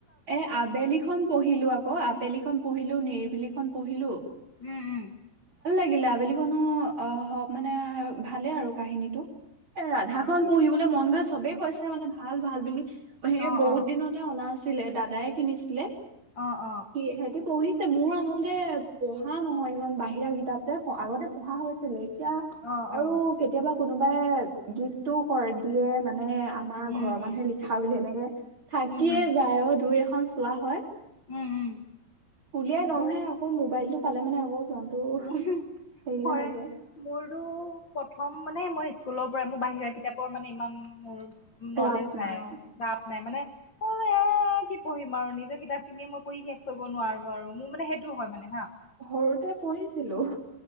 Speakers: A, on the right; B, on the left.
A: এ আবেলিখন পঢ়িলো আকৌ আবেলিখন পঢ়িলো, নিৰিব বিলিখন পঢ়িলোঁ।
B: উম উম।
A: লা আবেলিখনো অঁ হ মানে ভালেই আৰু কাহিনীটো এ ৰাধা
B: তাকে
A: খন পঢ়িবলৈ মন গৈ আছে চবে কৈছে মানে ভাল ভাল বুলি সেয়ে
B: অ
A: বহুত
B: অ
A: দিনতে অনা আছ ছিলে, দাদায়ে কিনিছিলে
B: অঁ অঁ।
A: সি সিহঁতি পঢ়িছে মোৰ আচলতে পঢ়া নহয় ইমান বাহিৰা কিতাপ যে আগতে পঢ়া হৈছিলে এতিয়া
B: অ
A: আৰু
B: অ
A: কেতিয়াবা কোনোবাই গিফ্টটো কৰি দিয়ে মানে আমাৰ
B: উম
A: ঘৰৰ
B: হম
A: মানুহে লিখা বুলি সেনেকে থাকিয়ে
B: উম হম
A: দুই এখন চোৱা হয়
B: উম উম
A: উলিয়াই লহে
B: মোৰ
A: আকৌ মোবাইলতটো পালে মানে আকৌ মনটো
B: মই
A: হেৰিয়ে হৈ যায়
B: মোৰো প্ৰথম মানে মই স্কুলৰ পৰা মোৰ বাহিৰা কিতাপৰ মানে ইমান মোৰ নলেজ
A: ৰাপ
B: নাই
A: অ
B: নাই মানে অ এ কি পঢ়িম আৰু নিজৰ কিতাপ খিনিয়ে মই পঢ়ি শেষ কৰিব নোৱাৰো আৰু মোৰ মানে সেইটোও হয় মানে হা
A: ঘৰুতে পঢ়িছ হেল্ল'